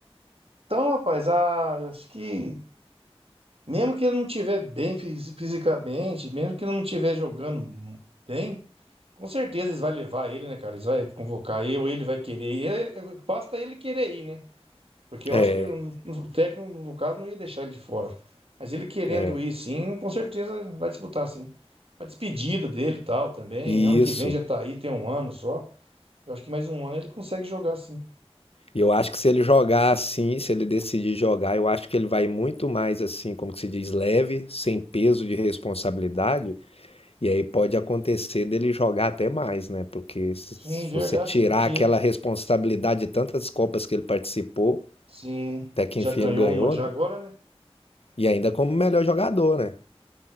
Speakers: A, on the right (about 65°); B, on the left (about 70°).
A: Então, rapaz, ah, acho que mesmo que ele não estiver bem fisi- fisicamente, mesmo que ele não estiver jogando bem, com certeza eles vão levar ele, né, cara? Eles vão convocar ele, ou ele vai querer ir. É, é, Basta ele querer ir, né? Porque eu
B: É,
A: acho que o o técnico, no caso, não ia deixar ele de fora. Mas ele querendo
B: é.
A: ir, sim, com certeza vai disputar, sim. A despedida dele e tal também.
B: Isso.
A: Ano que vem já tá aí, tem um ano só. Eu acho que mais um ano ele consegue jogar, sim.
B: E eu acho que se ele jogar assim, se ele decidir jogar, eu acho que ele vai muito mais assim, como que se diz, leve, sem peso de responsabilidade. E aí pode acontecer dele jogar até mais, né? Porque se
A: Sim,
B: se
A: verdade,
B: você tirar
A: porque
B: aquela responsabilidade de tantas Copas que ele participou,
A: sim,
B: até que
A: já
B: enfim
A: ganhou
B: ele ganhou,
A: uma já
B: né?
A: agora, né?
B: E ainda como melhor jogador, né?